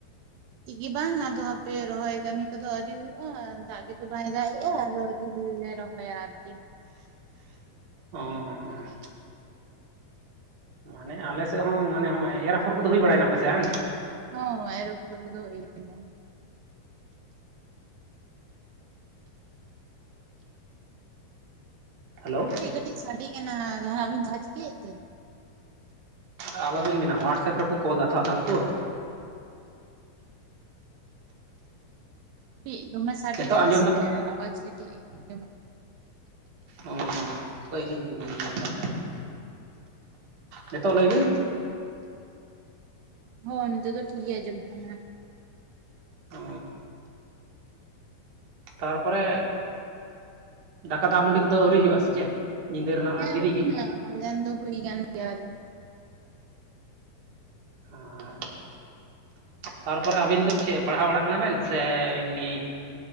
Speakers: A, on the right; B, on the right.
A: ᱪᱤᱜ ᱜᱮ ᱵᱟᱝ ᱟᱫᱚ ᱦᱟᱯᱮ ᱨᱚᱦᱚᱭ ᱠᱟᱹᱢᱤ ᱠᱚᱫᱚ ᱟᱹᱣᱨᱤ ᱦᱩᱭᱩᱜᱼᱟ ᱫᱟᱜ ᱜᱮᱛᱚ ᱵᱟᱭ ᱫᱟᱜ ᱮᱜᱼᱟ ᱟᱫᱚ ᱡᱩᱫᱤ ᱞᱮ ᱨᱚᱦᱚᱭᱟ ᱟᱨᱠᱤ
B: ᱦᱚᱸ ᱦᱚᱸ ᱦᱚᱸ ᱢᱟᱱᱮ ᱟᱞᱮ ᱥᱮᱜ ᱦᱚᱸ ᱢᱟᱱᱮ ᱦᱚᱸᱜᱼᱚᱭ ᱮᱨ ᱟᱯᱷᱚᱨ ᱠᱚᱫᱚ ᱦᱩᱭ ᱵᱟᱲᱟᱭᱱᱟ ᱟᱯᱮᱥᱮ ᱵᱟᱝ
A: ᱦᱚᱸ ᱮᱨ ᱟᱯᱷᱚᱨ ᱠᱚ ᱫᱚ ᱦᱩᱭ ᱮᱱᱟ
B: ᱦᱮᱞᱳ
A: ᱪᱮᱫ ᱠᱟᱹᱴᱤᱡ ᱥᱟᱹᱰᱤ ᱠᱟᱱᱟ ᱡᱟᱦᱟᱸ ᱟᱵᱤᱱ ᱡᱟᱦᱟᱸ ᱪᱤᱠᱟᱹ ᱮᱫ ᱛᱮ
B: ᱟᱨ ᱟᱞᱚᱵᱤᱱ ᱢᱮᱱᱟ ᱦᱳᱣᱟᱴᱥᱟᱯ ᱨᱮᱠᱚ ᱠᱚᱞ ᱫᱟ ᱛᱷᱚ ᱟᱫᱚᱢ ᱠᱚ
A: ᱪᱤᱜ ᱫᱚᱢᱮ ᱥᱟᱺᱰᱤ
B: ᱱᱤᱛᱚᱜ
A: ᱠᱟᱱᱟ
B: ᱟᱸᱡᱚᱢ
A: ᱥᱮ
B: ᱫᱟ
A: ᱨᱮ ᱟᱣᱟᱡ ᱠᱟᱹᱴᱤᱡ ᱟᱸᱡᱚᱢᱚᱜ ᱠᱟᱱᱟ
B: ᱚ ᱯᱟᱹᱭᱞᱤᱧ ᱧᱮᱞ ᱫᱟ ᱞᱤᱧ ᱦᱟᱜ ᱱᱤᱛᱚᱜ ᱞᱟᱹᱭ ᱵᱤᱱ
A: ᱦᱚᱸ ᱱᱤᱛ ᱫᱚ ᱴᱷᱤᱠ ᱜᱮ ᱟᱸᱡᱚᱢᱚᱜ ᱠᱟᱱᱟ
B: ᱚ ᱛᱟᱨᱯᱚᱨᱮ ᱫᱟᱠᱟ ᱫᱟᱜ ᱢᱟᱺᱰᱤ ᱠᱚᱫᱚ ᱟᱹᱣᱨᱤ ᱦᱩᱭᱩᱜ ᱟ ᱥᱮ ᱪᱮᱫ ᱧᱤᱫᱟᱹ ᱨᱮᱱᱟᱜ ᱢᱟ
A: ᱦᱮᱸ
B: ᱫᱮᱨᱤ
A: ᱦᱩᱭ
B: ᱜᱮ
A: ᱮᱱᱟ ᱢᱟᱡᱟᱱ ᱫᱚ ᱦᱩᱭ ᱠᱟᱱ ᱜᱮᱭᱟ ᱟᱨ
B: ᱦᱟᱸ ᱟ ᱛᱟᱨᱯᱚᱨᱮ ᱟᱹᱵᱤᱱ ᱫᱚ ᱪᱮ ᱯᱟᱲᱦᱟᱣ ᱵᱟᱲᱟᱜ ᱠᱟᱱᱟ ᱵᱮᱱ ᱥᱮ ᱮᱢᱱᱤ